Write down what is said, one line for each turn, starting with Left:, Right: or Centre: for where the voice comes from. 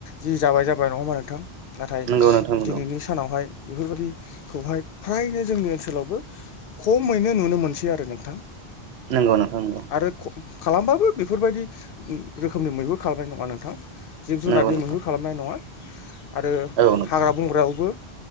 Left: जि जाबाय जाबाय नङा होमबा नोंथां नाथाय
Right: नंगौ नोंथां नंगौ
Left: दिनैनि सानावहाय बेफोरबायाददिखौहाय फ्रायनो जोंनि ओनसोलावबो खमैनो नुनो मोनसै आरो नोंथां
Right: नंगौ नांथां।
Left: आरो खालामबाबो बेफोरबायदि रोखोमनि मैहुर खालामनाय नङा नोंथां। जिब जुनारनि
Right: नंगौ नोंथां
Left: मैहुर खालामनाय नङा आरो
Right: औ नोंथां
Left: हाग्रा बंग्रायावबो